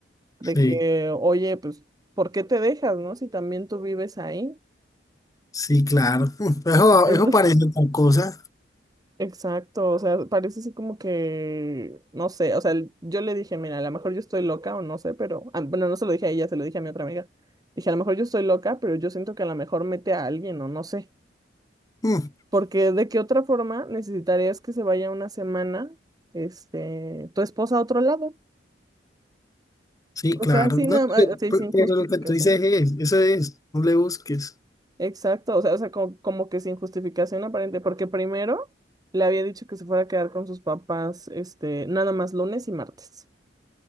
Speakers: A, on the right (about 20°); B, on the left (about 20°).
A: de
B: sí,
A: que, oye, pues, ¿por qué te dejas, no? Si también tú vives ahí.
B: sí, claro. <laughs> Mm, Eso,
A: <laughs>
B: eso parece tal cosa.
A: Exacto, o sea, parece así como que, no sé, o sea, el- yo le dije, mira, a lo mejor yo estoy loca o no sé, pero, ah, bueno, no se lo dije a ella, se lo dije a mi otra amiga. Dije, a lo mejor yo estoy loca, pero yo siento que a lo mejor mete a alguien o no sé,
B: Mm,
A: porque de qué otra forma necesitarías que se vaya una semana, este, tu esposa a otro lado,
B: Sí,
A: o
B: claro.
A: sea, sin,
B: No,
A: nada ma- así
B: pero,
A: sin
B: pero
A: justificación.
B: lo que tú dices es, eso es, no le busques.
A: Exacto, o sea, o sea, como, como que sin justificación aparente, porque primero le había dicho que se fuera a quedar con sus papás, este, nada más lunes y martes.